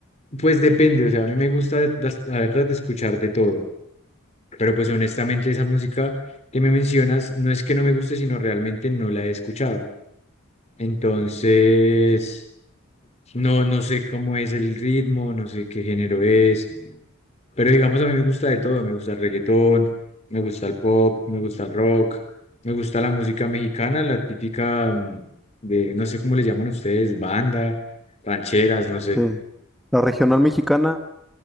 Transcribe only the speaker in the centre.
sí, la regional mexicana,